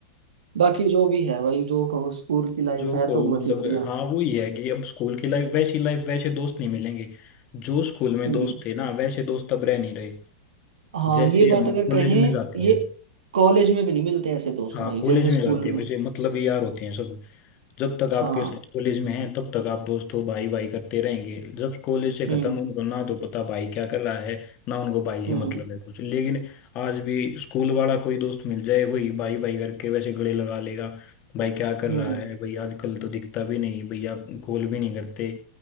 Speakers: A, on the right; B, on the left.
A: बाकी जो भी है भाई जो कहो स्कूल की लाइफ
B: जो
A: है
B: को
A: तो बहुत
B: मतलब
A: ही बढ़िया
B: हाँ वो ये है कि अब स्कूल की लाइफ वैसी लाइफ वैसे दोस्त नहीं मिलेंगे जो स्कूल में
A: हम्म
B: दोस्त थे ना वैसे दोस्त अब रह नहीं रहे
A: हाँ
B: जैसे
A: ये बात
B: हम
A: अगर
B: कॉलेज
A: कहें
B: में जाते
A: ये
B: हैं
A: कॉलेज में भी नहीं मिलते ऐसे दोस्त
B: हाँ
A: भाई
B: कॉलेज
A: जैसे
B: में
A: स्कूल
B: जाते हैं
A: में
B: वैसे मतलबी यार होते हैं सब जब तक आपके
A: हाँ
B: साथ कॉलेज में हैं तब तक आप दोस्त हो भाई भाई करते रहेंगे जब कॉलेज से खत्म
A: हम्म
B: उनको ना तो पता भाई क्या कर रहा है ना उनको भाई से
A: हम्म
B: मतलब है कुछ लेकिन आज भी स्कूल वाला कोई दोस्त मिल जाए वही भाई भाई करके वैसे गले लगा लेगा भाई क्या कर
A: हम्म
B: रहा है भाई आजकल तो दिखता भी नहीं भैया कॉल भी नहीं करते